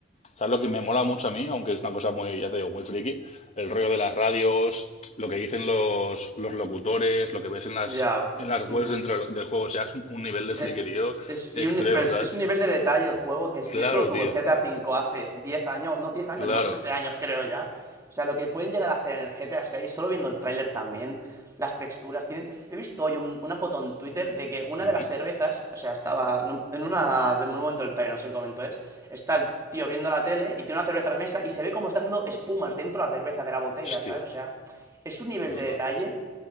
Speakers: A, on the left; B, on the right.
A: ¿Sabes lo que me mola mucho a mí? Aunque es una cosa muy, ya te digo, muy friki. El rollo de las radios, lo que dicen los, los locutores, lo que ves en las,
B: Ya.
A: en las
B: Ujú.
A: webs dentro del juego. O sea, es un nivel de friquerío
B: Eh, es, y
A: extremo,
B: un, pero
A: ¿sabes?
B: es un nivel de detalle el juego que si
A: Claro,
B: eso lo tuvo
A: tío.
B: el GTA V hace diez años, no 10 años,
A: Claro.
B: no 13 años creo ya. O sea, lo que pueden llegar a hacer en el GTA 6, solo viendo el tráiler también, las texturas, tienen... He visto hoy un- una foto en Twitter de que una
A: Ujú.
B: de las cervezas, o sea, estaba en en una... de un momento del tráiler, no sé en qué momento es, está el tío viendo la tele y tiene una cerveza a la mesa y se ve como está haciendo espumas dentro de la cerveza de la botella,
A: Hostia,
B: ¿sabes? O sea, es un nivel
A: qué brutal.
B: de detalle